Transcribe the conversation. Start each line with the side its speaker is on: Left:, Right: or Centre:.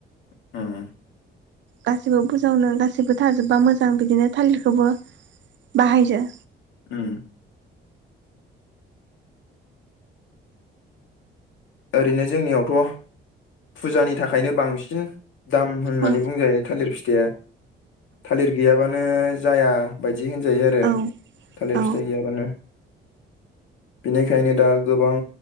Left: उम
Right: गासैबो बुजावनो गासैबो थाजोबबा मोजां बिदिनो थालिरखौबो बाहाय जा
Left: ओ ओरैनो जोंनियावथ' फुजानि थाखायनो बांसिन दाम होननानै
Right: औ
Left: बुंजायो थालिर फिथाइया थालिर गैयाबानो नो जाया बायदि होनजायो आरो
Right: औ
Left: थालिर
Right: औ
Left: फिथाइ गैयाबानो बेनिखायनो दा गोबां